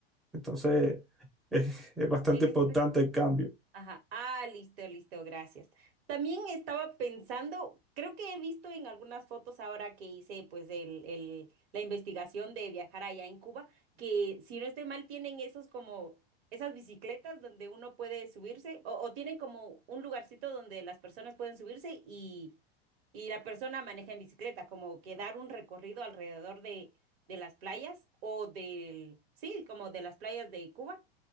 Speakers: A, in the centre; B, on the right.
A: Entonces, <laughs> es, es bastante
B: Es,
A: importante el cambio.
B: Ajá. Ah, listo, listo, gracias. También estaba pensando, creo que he visto en algunas fotos ahora que hice pues el, el- la investigación de viajar allá en Cuba, que si no estoy mal tienen esos como esas bicicletas donde uno puede subirse o, o tienen como un lugarcito donde las personas pueden subirse y, y la persona maneja en bicicleta, como que dar un recorrido alrededor de, de las playas o del, sí, como de las playas de Cuba.